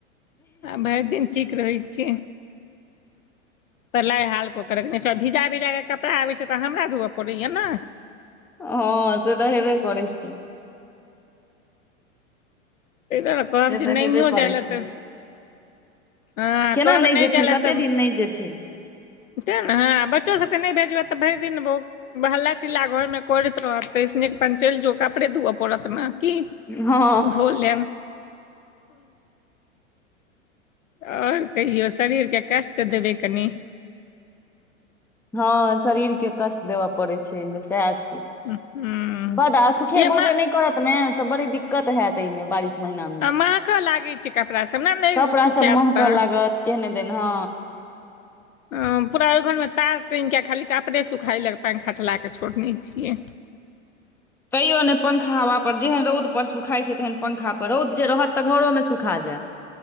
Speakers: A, on the left (about 85°); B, in the centre.
A: आ भरि दिन ठीक रहै छै परलाइ हाल क‌ऽ के रखने छै आ भिजा भिजा के कत कपड़ा आबै छै तऽ हमरा धुअ पड़ैया ने
B: हँ से तऽ हेबे करै छै
A: ताहि दुआरे कहब
B: से
A: जे
B: तऽ
A: नहिओ
B: हेबे करै
A: जाय लै
B: छै
A: तऽ हँ आ
B: केना
A: कहबै नहि
B: जेथिन
A: जाय लै
B: कते
A: तब
B: दिन नहि जेथिन
A: तैँ ने हँ आ बच्चो सभके नहि भेजबै तऽ भरि दिन हल्ला चिल्ला घर मे करैत रहत तै सँ नीक अपन चलि जो कपड़े धोअ पड़त ने की
B: हँ
A: धो लेब आओर कहियौ शरीरके कष्ट देबै कनी
B: हँ शरीर के कष्ट देबऽ पड़े छै ऐमे सएह छै
A: हूँ
B: बड्ड आ सुखेवो
A: ये माँ
B: जे नहि करत ने तऽ बड़ी दिक्कत होयत एहिमे बारिश महिनामे
A: महकऽ लागै छै कपड़ा सब ने नहि
B: कपड़ा
A: सुखायत
B: सब महकऽ
A: तऽ
B: लागत केहने दैन हँ
A: <inaudible> हँ पूरा ओइ घर मे तार टांगि के आ खाली कपड़े सुखाय लै पंखा चला के छोड़ने छियै
B: तैयो नहि पंखा हवा पर जेहन रौदपर सुखाइ छै तेहन पंखापर रौद जे रहत तऽ घरोमे सुखा जैत